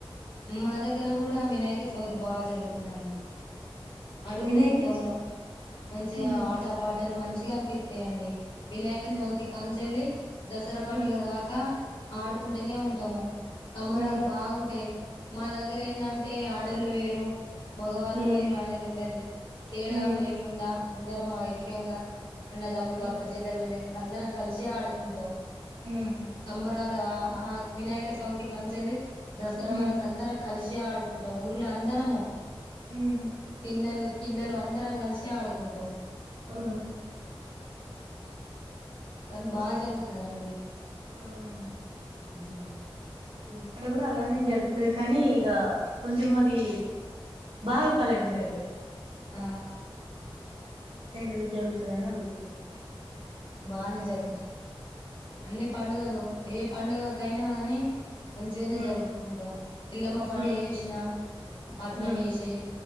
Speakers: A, on the left; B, on the right.
A: మా దగ్గర కూడా వినాయక చవితి బాగా జరుగుతుందండి అడుగులు
B: వినాయక
A: లేస్తాము
B: చ
A: మంచిగా
B: హ్మ్
A: ఆట పాటలు మంచిగా అనిపిస్తాయండి వినాయక
B: హ్మ్
A: చవితి కాంచెల్లి దసరా పండుగ
B: హ్మ్
A: దాకా ఆడుకుంటనే ఉంటాము సంబరాలు
B: హ్మ్
A: బాగుంటాయి మా దగ్గర ఎందంటే ఆడోళ్ళు వేరు మగవాళ్ళు
B: హ్మ్
A: వేరు అనేది ఉండది తేడావ
B: హ్మ్
A: లేకుండా అందరం ఐక్యంగా అన్నదమ్ములు
B: హ్మ్
A: అక్క జిల్లలో లెక్క అందరం కలిసి ఆడుకుంటాం
B: హ్మ్
A: సంబరాలు ఆ వినాయక చవితి కంచెల్లి దసరా
B: హ్మ్
A: వరకు అందరం కలిసి మంచి ఆడుకుంటాం ఊర్ల అందరము
B: ఉహు
A: పిల్లలు పిల్లలు అందరం కలిసి ఆడుకుంటాము
B: ఆ
A: కానీ
B: మంచిగా
A: బాగా జరుగుతదండి
B: అవునా అండి
A: ఉమ్.
B: ఏ ఇక్కడ కూడా అలానే జరుగుతుది కానీ ఇగ కొంచెం అది బాగా పల్లెటూరు అండి
A: ఆ
B: మీ సైడ్ ఎలా జరుగుతుదని అడుగుతున్నా
A: బానే జరుగుతది అన్ని పండుగలు ఏ పండుగకైనా కనీ మంచిగానే
B: హ్మ్
A: జరుపుకుంటాం ఎల్లమ్మ పండుగ
B: హ్మ్
A: చేసిన పట్నం
B: హ్మ్
A: యేసి